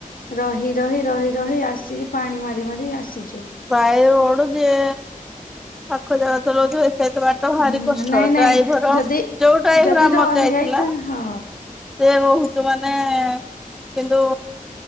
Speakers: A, on the left; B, in the centre.
A: ରହି ରହି ରହି ରହି ଆସିକି ପାଣି ମାରି ମାରି ଆସିଛୁ।
B: ବାଏ ରୋଡ଼ ଯିଏ ପାଖ ଜାଗା ଚଲାଉଥିବ ଏତେ ଏତେ ବାଟ। ତ ଭାରି
A: ହୁଁ
B: କଷ୍ଟ
A: ନାଇଁ ନାଇଁ
B: ଡ୍ରାଇଭର
A: ଯଦି
B: ଯୋଉ ଡ୍ରାଇଭର
A: ଯଦି
B: ଆମର
A: ରହିଯାଇଥା
B: ଯାଇଥିଲା।
A: ହଁ
B: ସେ ବହୁତ ମାନେ କିନ୍ତୁ।